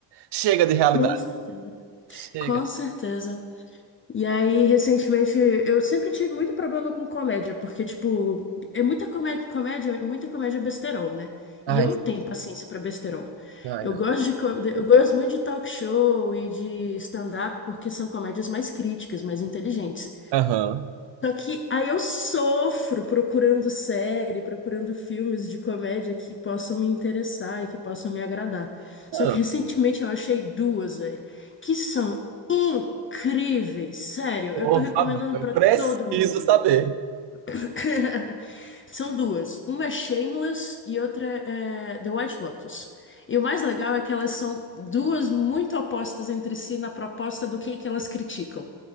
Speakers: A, on the right; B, on the left.
A: chega de realidade.
B: Com certeza.
A: Chega.
B: Com certeza. E aí, recentemente, eu sempre tive muito problema com comédia, porque, tipo, é muita comédia, comédia, muita comédia besterol, né?
A: Ai,
B: E eu não tenho paciência pra besterol.
A: ai,
B: Eu
A: não.
B: gosto de, co- eu gosto muito de talk show e de stand-up, porque são comédias mais críticas, mais inteligentes.
A: Aham.
B: Só que aí eu sofro procurando série, procurando filmes de comédia que possam me interessar e que possam me agradar.
A: Não,
B: Só que recentemente eu achei duas, velho, que são incríveis, sério.
A: Por
B: Eu tô recomendando
A: favor, eu
B: pra
A: preciso
B: todo mundo.
A: saber.
B: <laughs> São duas. Uma é Shameless e outra é The White Lotus. E o mais legal é que elas são duas muito opostas entre si na proposta do que que elas criticam.